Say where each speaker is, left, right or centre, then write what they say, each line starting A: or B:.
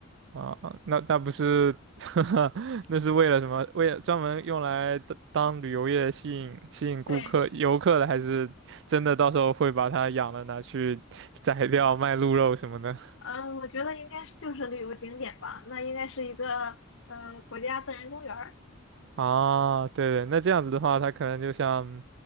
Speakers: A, on the right; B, on the left.
A: 啊，啊那那不是，<laughs> 那是为了什么？为了专门用来当当旅游业吸引吸引顾客游客的，
B: 对，
A: 还是真的到时候会把它养了拿去宰掉卖鹿肉什么的？
B: 嗯，我觉得应该是就是旅游景点吧，那应该是一个呃国家自然公园儿。
A: 啊，对对，那这样子的话，它可能就像